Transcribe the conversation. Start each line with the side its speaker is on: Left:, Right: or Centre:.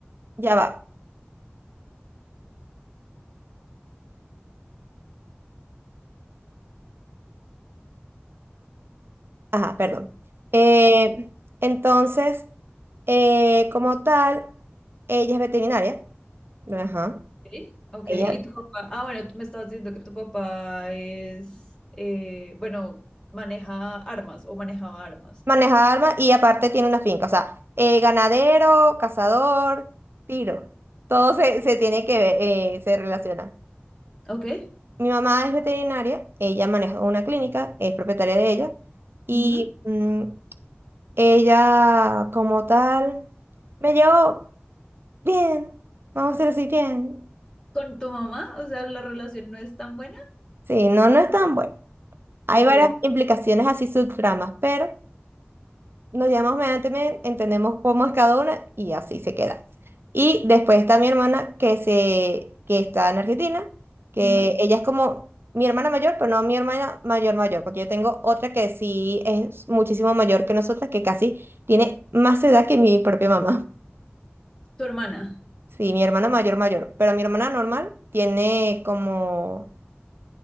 Right: ya va. Ajá, perdón. Eh, entonces, eh, como tal, ella es veterinaria. Ajá.
Left: Okay, ok.
Right: Ella
Left: ¿Y tu papá? Ah, bueno, tú me estabas diciendo que tu papá es, eh, bueno, maneja armas o manejaba armas.
Right: maneja armas y aparte tiene una finca. O sea, eh, ganadero, cazador, tiro. Todo se, se tiene que ver, eh, se relaciona.
Left: Ok.
Right: Mi mamá es veterinaria, ella maneja una clínica, es propietaria de ella, y
Left: ujú.
Right: mm, ella como tal me llevó bien, vamos a decir así, bien.
Left: ¿Con tu mamá? O sea, la relación no es tan buena.
Right: Sí, no, no es tan bueno. Hay
Left: Ok.
Right: varias implicaciones así subtramas, pero nos llamamos mediante medianamente, entendemos cómo es cada una y así se queda. Y después está mi hermana que se, que está en Argentina, que
Left: ujú.
Right: ella es como mi hermana mayor, pero no mi hermana mayor mayor, porque yo tengo otra que sí es muchísimo mayor que nosotras, que casi tiene más edad que mi propia mamá.
Left: ¿Tu hermana?
Right: Sí, mi hermana mayor mayor, pero mi hermana normal tiene como